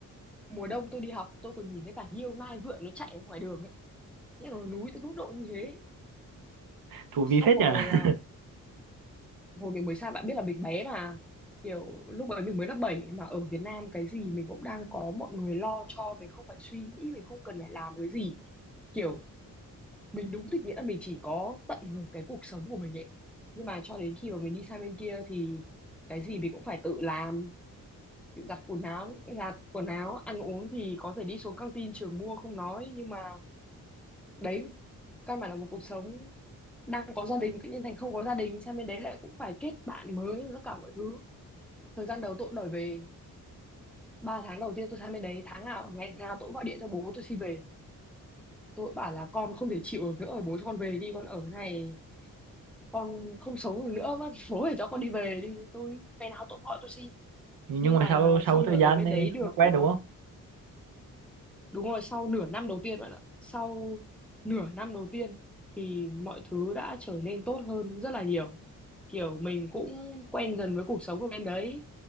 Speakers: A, in the centre; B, on the right (about 80°).
A: mùa đông tôi đi học tôi còn nhìn thấy cả hiêu nai vượn nó chạy ở ngoài đường ấy. Nghĩa là núi tới mức độ như thế.
B: Thú vị
A: Xong
B: phết
A: rồi
B: nhỉ.
A: hồi mình mới sang bạn biết là mình bé mà kiểu lúc ấy mình mới lớp bảy mà ở Việt Nam cái gì mình cũng đang có mọi người lo cho mình không phải suy nghĩ mình không cần phải làm cái gì kiểu mình đúng thực nghĩa là mình chỉ có tận hưởng cái cuộc sống của mình ấy nhưng mà cho đến khi mà mình đi sang bên kia thì cái gì mình cũng phải tự làm giặt quần áo giặt quần áo ăn uống thì có thể đi xuống căng tin trường mua không nói nhưng mà đấy căn bản là một cuộc sống đang có gia đình tự nhiên thành không có gia đình sang bên đấy lại cũng phải kết bạn mới tất cả mọi thứ thời gian đầu tôi cũng đòi về ba tháng đầu tiên tôi sang bên đấy tháng nào ngày nào tôi cũng gọi điện cho bố tôi xin về tôi bảo là con không thể chịu được nữa rồi bố cho con về đi con ở cái này con không sống được nữa bác bố phải cho con đi về đi tôi ngày nào tôi cũng gọi tôi xin
B: <laughs> Nhưng
A: nhưng mà
B: mà sau sau
A: xong
B: một thời
A: rồi ở
B: gian
A: bên
B: thì
A: đấy được
B: nó quen
A: ờ,
B: đúng không?
A: Đúng rồi, sau nửa năm đầu tiên bạn ạ. Sau nửa năm đầu tiên thì mọi thứ đã trở nên tốt hơn rất là nhiều. Kiểu mình cũng quen dần với cuộc sống ở bên đấy.